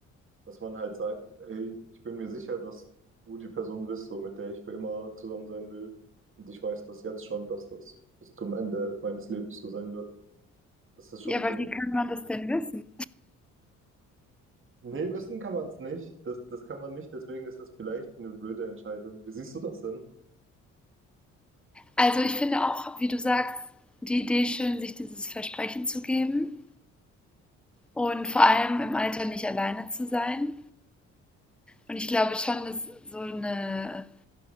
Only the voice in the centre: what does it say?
Ja, aber
wie kann man das denn wissen?
Also ich finde auch, wie du sagst, die Idee schön, sich dieses Versprechen zu geben und vor allem im Alter nicht alleine zu sein. Und ich glaube schon, dass so eine,